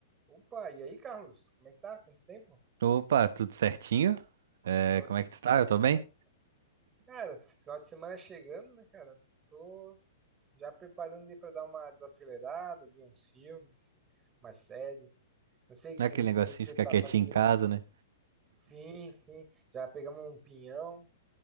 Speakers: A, on the right; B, on the right.
A: Opa, e aí, Carlos? Como é que tá? Quanto tempo?
B: Opa, tudo certinho? É,
A: Ô,
B: como
A: tudo-
B: é que tu tá?
A: tudo
B: Eu tô bem?
A: certo. Cara, esse final de semana chegando, né, cara? Tô já preparando aí pra dar uma desacelerada, ver uns filmes, umas séries. Não sei o que
B: Não
A: você,
B: é aquele
A: o
B: negocinho
A: que que você
B: de ficar
A: tá
B: quietinho
A: fazendo
B: em casa,
A: aí.
B: né?
A: Sim, sim. Já pegamos um pinhão